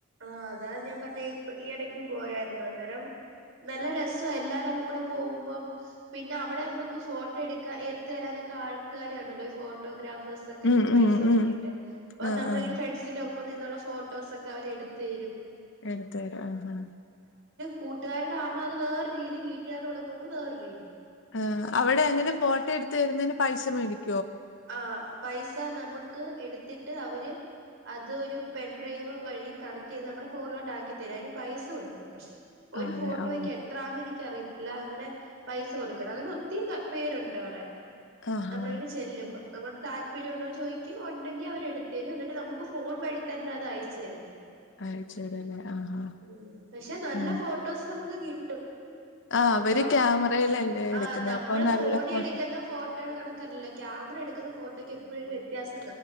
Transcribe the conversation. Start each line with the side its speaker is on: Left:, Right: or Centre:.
Right: ആ അതാ ഞാൻ പറഞ്ഞെ ഇപ്പ ഈ ഇടയ്ക്കും പോയാര്ന്നു അന്നേരം നല്ല രസം എല്ലാരും കൂടെ പോവുമ്പം പിന്നെ അവടെ നമ്മക്ക് ഫോട്ടോ എടുക്കാ എടുത്തരാനൊ ക്ക ആൾക്കാരാണല്ലോ ഈ ഫോട്ടോഗ്രാഫ ബസ്സൊക്കെ
Left: ഉം
Right: ഇങ്ങനെ പൈസ
Left: ഉം
Right: കൊട്ത്തിട്ട്
Left: ഉം
Right: അപ്പൊ
Left: ആഹ്
Right: ന്നമ്മളിങ്ങനെ
Left: ആഹ്
Right: ഫ്രണ്ട്സിന്റെഒപ്പം നിന്നുള്ള ഫോട്ടോസൊക്ക അവരെടു തേരും
Left: എടുത്തരാ ആഹ ആഹ
Right: കൂട്ടുകാര്ടെ ആമ്പേ അത് വേറൊരു രീതി വീട്ട്കാര്ടെ കൂടെ പോവുമ്പോ വേറൊരു രീതി
Left: ആ അവടെ അങ്ങനെ ഫോട്ടോ എടുത്ത് തരുന്നയ്ന് പൈസ മേടിക്ക
Right: ആ പൈസ ന്നമ്ക്ക് എടുത്തിട്ട് ട്ട് അവ്ര് അത് ഒരു പെൻ ഡ്രൈവ് വഴി കണക്റ്റെയ്ത് നമ്മുടെ ഫോണിലോട്ട് ആക്കി തരും അയ്ന് പൈസ കൊട് പക്ഷെ ഒരു
Left: ആഹ് അതെ
Right: ഫോട്ടോയ്ക്ക്
Left: ഓഹ്
Right: എത്രാ എനിക്കറിയ അല്ല അങ്ങനെ പൈസ കൊടുക്കണം അങ്ങനെ ഒത്തിരി കപ്പേരുണ്ട് അവടെ
Left: ആഹാ
Right: നമ്മളിങ്ങനെ ചെല്ല് നമ്മൾക് താല്പര്യംണ്ടോ ചോയ്ക്കും ഉണ്ടെങ്കി അവര് എടുത്തരും എന്നിട്ട് നമുക്ക് ഫോൺ വഴി തന്നെ അത് അയച്ചരുന്നെ
Left: അയച്ചേരല്ലേ ആഹാ
Right: ഉ പക്ഷെ നല്ല
Left: ഉം
Right: ഫോട്ടോസ് ന്നമുക്ക് കിട്ടും
Left: <inaudible>
Right: ഇപ്പ
Left: ക്യാമറയിലല്ലേ
Right: ആ
Left: എടുക്കുന്നെ
Right: നമ്മള്
Left: അപ്പൊ നല്ല
Right: ഫോണിൽ
Left: ഫോട്ടോ
Right: എടുക്കുന്ന ഫോട്ടോയുടെ കണക്കല്ലല്ലോ ക്യാമറ എടുക്ക ക്ക്‌ള് ഫോട്ടോക് എപ്പഴും ഒരു വെത്യാസം